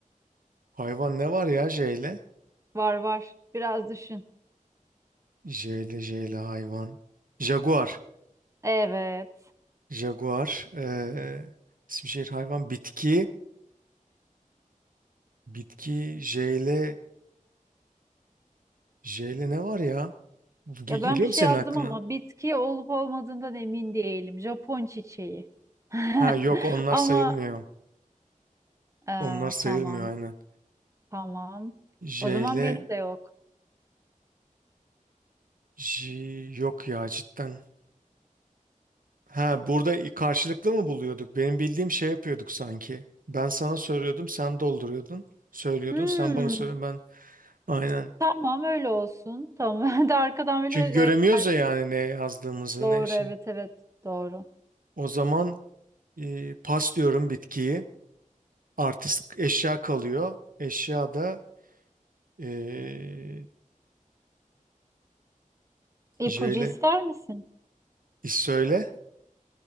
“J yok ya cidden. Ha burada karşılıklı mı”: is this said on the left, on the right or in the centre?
Right